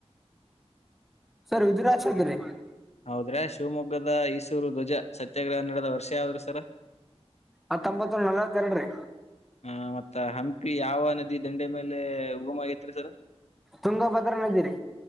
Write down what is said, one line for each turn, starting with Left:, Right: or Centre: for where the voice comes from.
Centre: ಸರ್ ಉಜುರಾಚೆದ್ರರಿ. <unintelligible>
Left: ಹೌದ್ರೆ ಶಿವಮೊಗ್ಗದ ಈಸೂರು ಧ್ವಜ ಸತ್ಯಾಗ್ರಹ ನಡೆದ ವರ್ಷ ಯಾವ್ದ್ರಿ ಸರ.
Centre: ಹತ್ತೊಂಬತ್ತು ನಲ್ವತ್ತ ಎರಡ್ರಿ.
Left: ಹ ಮತ್ತ. ಯಾವ ನದಿ ದಂಡೆ ಮೇಲೆ ಹುಗುಮ ಆಗೈತ್ರಿ ಸರ್.
Centre: ತುಂಗಭದ್ರಾ ನದಿ ರೀ